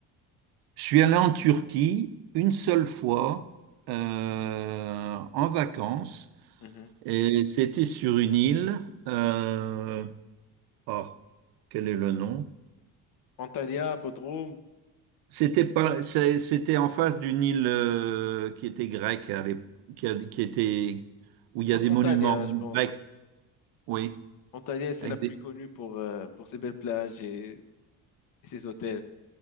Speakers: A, on the right (about 80°); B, on the left (about 60°).
A: Je suis allé en Turquie une seule fois euh, en vacances
B: Mhm.
A: et c'était sur une île. euh, oh, quel est le nom?
B: Antalya, Bodrum.
A: C'était pas, c'est- c'était en face d'une île euh, qui était grecque, à l'ép- qui, a- qui était où
B: Je
A: il
B: pense
A: y a des
B: Antalya,
A: monuments
B: je pense.
A: grecs, oui,
B: Antalya, c'est
A: avec
B: la plus
A: des-
B: connue pour, euh, pour ses belles plages et, et ses hôtels.